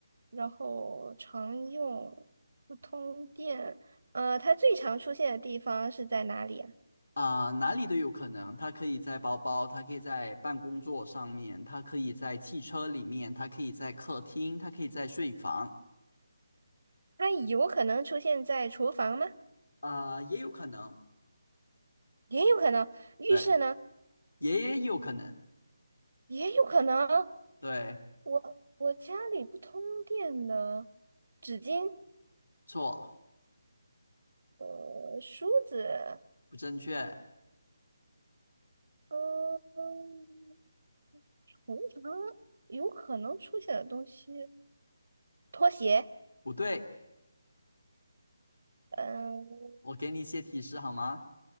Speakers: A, on the right; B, on the left.
A: 然后常用，不通电。呃，它最常出现的地方是在哪里啊？
B: 啊、哪里都有可能。它可以在包包，它可以在办公桌上面，它可以在汽车里面，它可以在客厅，它可以在睡房，
A: 它有可能出现在厨房吗？
B: 啊，也有可能，
A: 也有可能，浴室呢？
B: 对，也有可能，
A: 也有可能。
B: 对，
A: 我我家里不通电的，纸巾、
B: 错，
A: 呃，梳子，
B: 不正确，
A: 嗯嗯，通常有可能出现的东西。拖鞋，
B: 不对，
A: 嗯，
B: 我给你一些提示好吗？